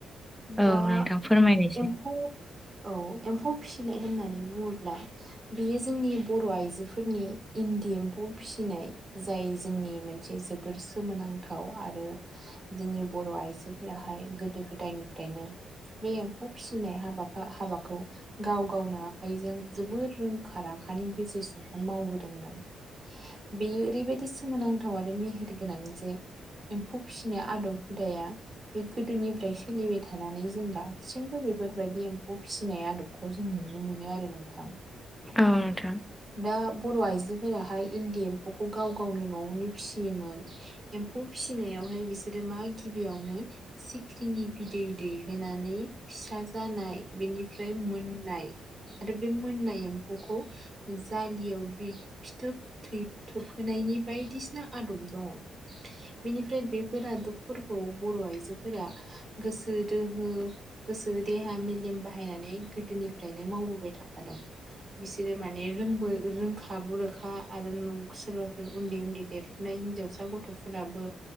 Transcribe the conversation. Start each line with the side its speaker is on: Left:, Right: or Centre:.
Centre: औ
Right: दा
Centre: नोंथां फोरमायनायसै
Right: एम्फौ औ एम्फौ फिसिनाय होननानै बुङोब्ला बियो जोंनि बर' आइजोफोरनि इन्दि एम्फौ फौ फिसिनाय जाय जोंनि मोनसे जोबोर सोमोनांथाव आरो जोंनि बर आइजोफोराहाय गोदो गोदायनिफ्रायनो बे एम्फौ फिसिनाय हाबाफा हाबाखौ। गाव गावनो आखाइजों जोबोर रोंखा आखानि गेजेरजोंहाय मावबोदोंमोन। बेयो ओरैबायदि सोमोनांथाव आरो मेहेर गोनां जे एम्फौ फिसिनो आदब। हुदाया बे गोदोनिफ्राय सोलिबाय थानानै जों दासिमबो बेफोरबायदि एम्फौ फिसिनाया। आदबखौ जों नुनो मोनो आरो नोंथां।
Centre: औ नोंथां।
Right: दा बर आइजोफोराहाय इन्दि एम्फौखौ गाव गावनो नआवनो फिसियोमोन एम्फौ फिसिनायावहाय बिसोरो मा गिबियावनो सिख्रिनि बिदै दैहोनानै फिसा। जानाय बेनिफ्राय मोननाय आरो बे मोननाय एम्फौखौ। जालियाव बि फिथोब थै थोबहोनायनि बायदिसिना आदब दङ। बेनिफ्राय बेफोर आदबफोरखौ बर आइजोफोरा गोसो दोहो। गोसो देहा मेलेम बाहायनानै गोदोनिफ्रायनो मावबोबाय थाखादों बिसोरो मा ने रोंबो रोंखा बुरोखा आरो नों सोरबाफोर उन्दै उन्दै देरफुनाय हिनजावसा गथ। फोराबो